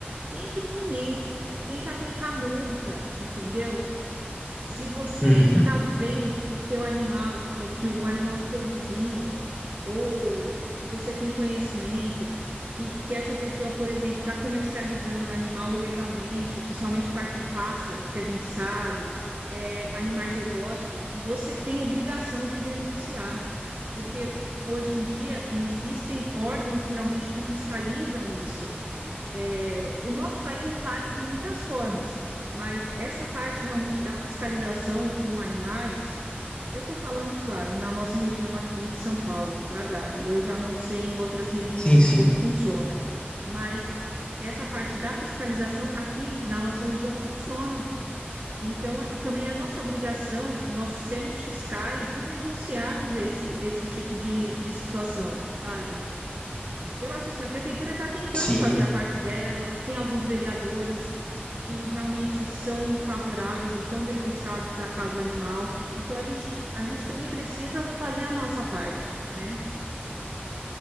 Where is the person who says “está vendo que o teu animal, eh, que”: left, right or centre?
Right